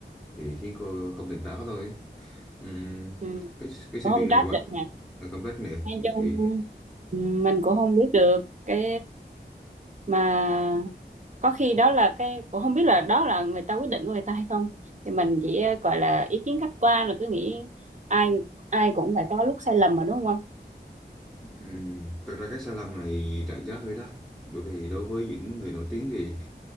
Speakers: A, in the centre; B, on the right.
A: thì khiến cô không tỉnh táo thôi Ừm,
B: ừ.
A: cái cái sự
B: cũng không
A: việc này
B: trách
A: quá
B: được nè
A: công trách nữa
B: nói chung
A: thì
B: ừ, mình cũng không biết được cái mà có khi đó là cái cũng không biết là đó là người ta quyết định của người ta hay không thì mình chỉ ờ, gọi là ý kiến khách quan là cứ nghĩ ai ai cũng phải có lúc sai lầm mà đúng không
A: Ừm, Thực ra cái sai lầm này trả giá hơi đắt bởi vì đối với những người nổi tiếng thì